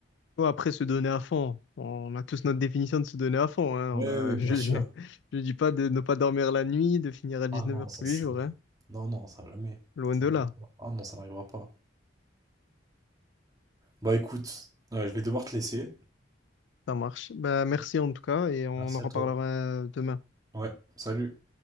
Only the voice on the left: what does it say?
ouais, après, se donner à fond, on a tous notre définition de se donner à fond. hein.
On a,
<laughs> je,
je, je dis pas de ne pas dormir la nuit, de finir à 19
heures
tous les
jours. hein.
Loin
de
là.
Ça marche. Bah, merci en tout cas et on
en
reparlera
demain.